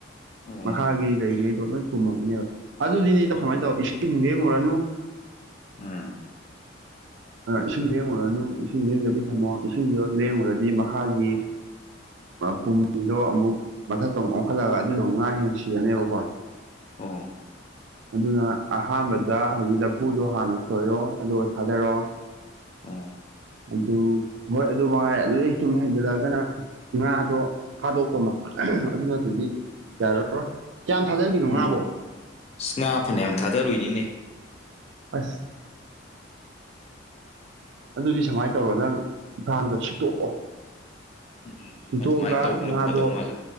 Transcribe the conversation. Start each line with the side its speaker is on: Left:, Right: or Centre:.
Left: ꯑꯣ ꯎꯝ
Right: ꯃꯈꯥꯒꯤ ꯂꯩꯉꯩ ꯂꯣꯏ ꯄꯨꯝꯃꯝꯃꯅꯦꯕ ꯑꯗꯨꯗꯤꯅꯦ
Left: ꯎꯝ
Right: ꯀꯃꯥꯏꯅ ꯇꯧ ꯏꯁꯤꯡ ꯂꯦꯡꯉꯨꯔꯅꯨ
Left: ꯎꯝ
Right: ꯏꯁꯤꯡ ꯂꯦꯡꯉꯨꯔꯅꯨ ꯏꯁꯤꯡ ꯂꯦꯡꯗꯕꯤ ꯊꯝꯃꯣ ꯏꯁꯤꯡꯗ ꯂꯦꯡꯉꯨꯔꯗꯤ ꯃꯈꯥꯒꯤ ꯄꯨꯝꯃꯤꯗꯣ ꯑꯃꯨꯛ ꯃꯊꯛꯇ ꯑꯃꯨꯛ ꯑꯣꯟꯈꯠꯂꯒ ꯑꯗꯨꯗꯣ ꯑꯃꯨꯛ ꯉꯥ ꯍꯦꯟ ꯁꯤꯔꯅꯦꯕꯀꯣ
Left: ꯑꯣ
Right: ꯑꯗꯨꯅ ꯑꯍꯥꯟꯕꯗ ꯍꯧꯖꯤꯛ ꯂꯐꯨꯗꯣ ꯍꯥꯟꯅ ꯁꯣꯏꯔꯣ ꯑꯗꯨꯒ ꯊꯥꯗꯔꯣ
Left: ꯑꯣ
Right: ꯑꯗꯨ ꯍꯣꯏ ꯑꯗꯨ ꯃꯉꯥꯏ ꯑꯗꯨꯩ ꯁꯨꯝ ꯍꯦꯟꯖꯜꯂꯛꯑꯒꯅ ꯉꯥꯗꯣ ꯐꯥꯗꯣꯛꯄ ꯑꯃ ꯑꯗꯨ ꯅꯠꯇꯔꯗꯤ ꯌꯥꯔꯔꯣꯏ ꯀꯌꯥꯝ ꯊꯥꯗꯈꯤꯅꯣ
Left: ꯎꯝ
Right: ꯉꯥꯕꯣ
Left: ꯉꯥ ꯐꯅꯌꯥꯝ ꯊꯥꯗꯔꯨꯏꯅꯤꯅꯦ
Right: ꯑꯁ ꯑꯗꯨꯗꯤ ꯁꯨꯃꯥꯏꯅ ꯇꯧꯔꯣ ꯅꯪ ꯏꯝꯐꯥꯜꯗꯣ ꯁꯤꯠꯇꯣꯛꯑꯣ
Left: ꯎꯝ
Right: ꯁꯤꯠꯇꯣꯛꯑꯒ
Left: ꯑꯗꯨꯃꯥꯏꯅ ꯇꯧꯕꯅ
Right: ꯉꯥꯗꯣ
Left: ꯐꯗꯧ ꯃꯥꯜꯂꯦ